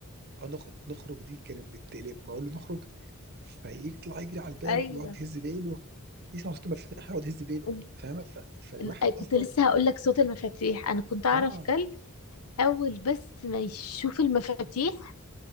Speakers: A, on the right; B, on the left.
A: اه نخرج نخرج دي كانت بالتقلب ما اقول له نخرج فيطلع يجري على الباب
B: ايوه
A: ويقعد يهز ديله يسمع صوت المفاتيح يقعد يهز ديله
B: إن-
A: فاهمه ف... فالواحد
B: إن-
A: اصلا
B: كنت لسه هقول لك صوت المفاتيح انا كنت اعرف
A: اه
B: كلب اول بس ما يشوف المفاتيح